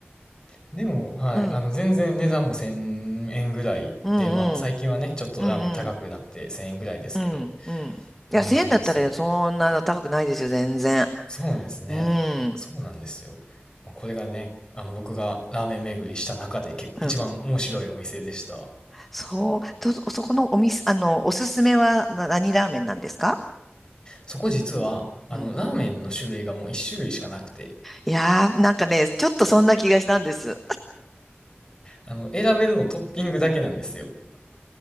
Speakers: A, on the left; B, in the centre.
A: <laughs> でも、はい、
B: うん、
A: あの、全然値段も1000円ぐらいで、
B: うん、うん、
A: まあ、最近はね、ちょっとラーメン高くなって1000円ぐらいですけど、
B: うん、うん、うん。いや、
A: うんなんですよ。
B: 1000だったらねそんな高くないですよ、全然。
A: そうですね。
B: うん、
A: そうなんですよ。まあこれがね、あの僕がラーメン巡りした中で結構一番面白いお店でした。
B: うん。そう、と、そこのお店、あの、おすすめはな何ラーメンなんですか
A: そこ実は、あのラーメンの種類がもう一種類しかなくて、
B: うん。いやー、なんかね、ちょっとそんな気がしたんです。
A: あの選べるのトッピングだけなんですよ。